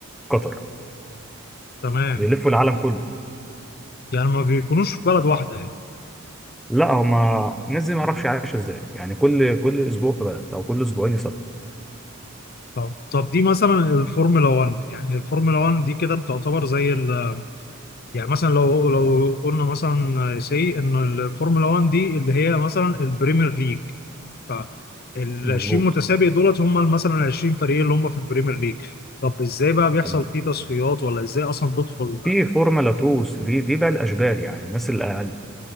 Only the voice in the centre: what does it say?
قطر
بيلفوا العالم كله
لا هما الناس دي ما اعرفش عايشه ازاي يعني كل كل اسبوع في بلد او كل اسبوعين يسافروا
مظبوط
تمام
في فورمولا 2 و 3 دي بقى الاشبال يعني الناس الاقل